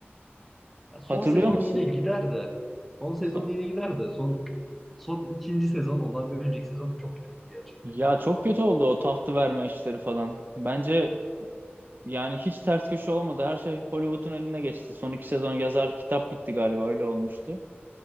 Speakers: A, in the centre; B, on the right.
A: Ya son
B: Hatırlıyor
A: sezon
B: musun?
A: yine gider de. Son sezon
B: Son.
A: yine gider de. Son son ikinci sezon ondan bir önceki sezon çok kötüydü gerçekten
B: Ya
A: ya.
B: çok kötü oldu o tahtı verme işleri falan. Bence yani hiç ters köşe olmadı. Her şey Hollywood'un eline geçti. Son iki sezon yazar kitap bitti galiba öyle olmuştu.